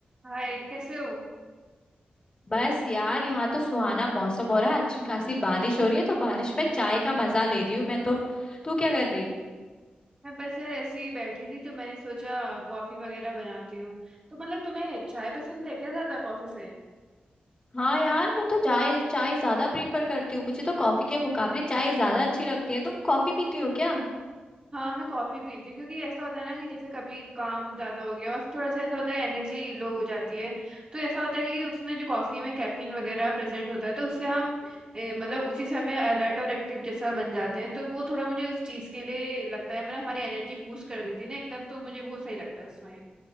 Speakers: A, on the right; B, on the left.
A: हाय कैसे हो
B: बस यार यहाँ तो सुहाना मौसम हो रहा है अच्छी खासी बारिश हो रही है तो बारिश में चाय का मजा ले रही हूँ मैं तो तू क्या कर रही
A: मैं बस यार ऐसे ही बैठी थी तो मैंने सोचा कॉफी वगैरह बनाती हूँ तो मतलब तुम्हें चाय पसंद है क्या ज्यादा कॉफी से
B: हाँ यार मैं तो चाय चाय ज्यादा प्रीफर करती हूँ मुझे तो कॉफी के मुकाबले चाय ज्यादा अच्छी लगती है तुम कॉफी पीती हो क्या
A: हाँ मैं कॉफी पीती हूँ क्योंकि ऐसा होता है ना कि जैसे कभी काम ज्यादा हो गया और फिर थोड़ा सा ऐसा होता है एनर्जी लो हो जाती है तो ऐसा होता है कि उसमें जो कॉफी में कैफीन वगैरह प्रेजेंट होता है तो उससे हम ए, मतलब उसी समय अलर्ट और एक्टिव जैसा बन जाते हैं तो वो थोड़ा मुझे उस चीज के लिए लगता है मतलब हमारी एनर्जी बूस्ट कर देती है ना एकदम तो मुझे वो सही लगता है उसमें